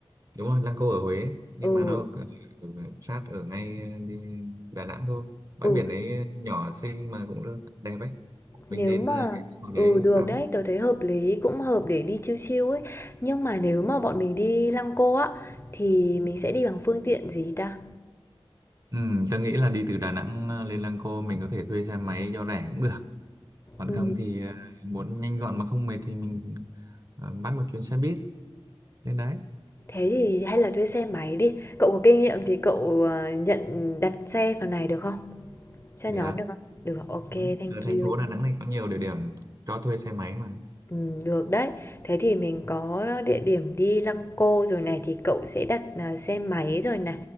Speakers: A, on the right; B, on the left.
A: đúng rồi Lăng Cô ở Huế nhưng
B: Ừ,
A: mà nó ở, ở sát ở ngay à, đi Đà Nẵng thôi bãi
B: ừ,
A: biển ấy nhỏ xinh mà cũng rất đẹp ấy
B: nếu
A: mình nên
B: mà
A: à, ghé vào
B: ừ
A: đấy
B: được
A: tắm
B: đấy, tôi thấy hợp lý, cũng hợp để đi chill chill ấy. Nhưng mà nếu mà bọn mình đi Lăng Cô á thì mình sẽ đi bằng phương tiện gì ta?
A: Ừ, tôi nghĩ là đi từ Đà Nẵng ờ, lên Lăng Cô mình có thể thuê xe máy cho rẻ cũng được. Còn
B: Ừ,
A: không thì ờ, muốn nhanh gọn mà không mệt thì mình ờ, bắt một chuyến xe buýt lên đấy.
B: thế thì hay là thuê xe máy đi. Cậu có kinh nghiệm thì cậu ờ, nhận đặt xe phần này được không? Cho
A: Được.
B: nhóm được không? Được, ok,
A: Ừ.
B: thank
A: Ở thành
B: you.
A: phố Đà Nẵng này có nhiều địa điểm cho thuê xe máy mà.
B: Ừm, được đấy. Thế thì mình có địa điểm đi Lăng Cô rồi này thì cậu sẽ đặt, à, xe máy rồi này,